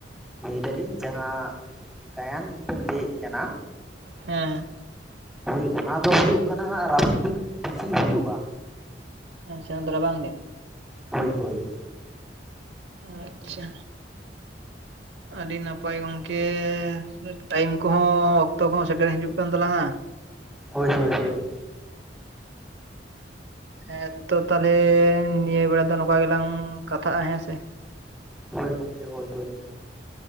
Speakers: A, in the centre; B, on the right.
A: ᱞᱟᱹᱭ ᱫᱟᱞᱤᱧ ᱡᱟᱦᱟᱸ ᱜᱟᱭᱟᱱ ᱵᱮᱱ ᱞᱟᱹᱭᱮᱫ ᱠᱟᱱᱟ
B: ᱦᱮᱸ᱾
A: ᱦᱳᱭ ᱚᱱᱟ ᱫᱚ ᱦᱩᱭᱩᱜ ᱠᱟᱱᱟ ᱦᱟᱸᱜ ᱨᱟᱵᱟᱝ ᱫᱤᱱ ᱵᱮᱥᱤ ᱦᱩᱭᱩᱜᱼᱟ᱾
B: ᱟᱪᱪᱷᱟ ᱚᱱᱟ ᱫᱚ ᱨᱟᱵᱟᱝ ᱫᱤᱱ᱾
A: ᱦᱳᱭ ᱦᱳᱭ᱾
B: ᱟᱪᱪᱷᱟ᱾ ᱟᱹᱰᱤ ᱱᱟᱯᱟᱭ ᱜᱚᱝᱠᱮ ᱴᱟᱭᱤᱢ ᱠᱚᱦᱚᱸ, ᱚᱠᱛᱚ ᱠᱚᱦᱚᱸ ᱥᱮᱴᱮᱨ ᱦᱤᱡᱩᱜ ᱠᱟᱱ ᱛᱟᱞᱟᱝᱼᱟ᱾
A: ᱦᱳᱭ ᱦᱳᱭ ᱦᱳᱭ᱾
B: ᱦᱮᱸ ᱛᱚ ᱛᱟᱞᱦᱮ ᱱᱤᱭᱟᱹ ᱵᱮᱲᱟ ᱫᱚ ᱱᱚᱝᱠᱟ ᱜᱮᱞᱟᱝ ᱠᱟᱛᱷᱟᱜᱼᱟ ᱦᱮᱸ ᱥᱮ᱾
A: ᱦᱳᱭ, ᱜᱚᱝᱠᱮ ᱦᱳᱭ ᱦᱳᱭ᱾